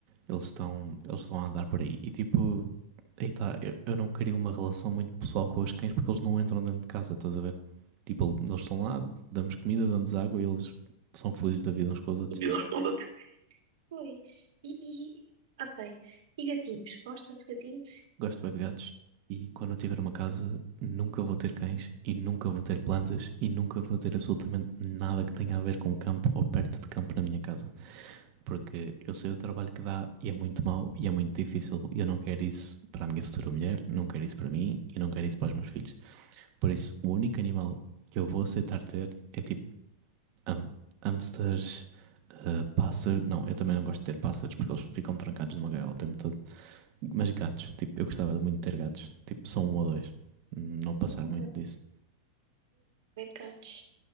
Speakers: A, on the right; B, on the right.
A: eles estão, eles estão a andar por aí. E tipo, aí tá, eu, eu não queria uma relação muito pessoal com os cães porque eles não entram dentro de casa, estás a ver? Tipo, eles estão lá, damos comida, damos água e eles são felizes da vida uns com os outros.
B: Deus responda. Pois. E, e- ok. E gatinhos? Gostas de gatinhos?
A: Gosto bem de gatos. E quando eu tiver uma casa, nunca vou ter cães e nunca vou ter plantas e nunca vou ter absolutamente nada que tenha a ver com campo ou perto de campo na minha casa. Porque eu sei o trabalho que dá e é muito mau e é muito difícil e eu não quero isso para a minha futura mulher, não quero isso para mim e não quero isso para os meus filhos. Por isso, o único animal que eu vou aceitar ter é tipo ham- hamsters, Uh, pássaro, não, eu também não gosto de ter pássaros porque eles ficam trancados numa gaiola o tempo todo. Mas gatos, tipo, eu gostava muito de ter gatos, tipo, só um ou dois, não passar
B: Uhum.
A: muito disso.
B: Pet gatos.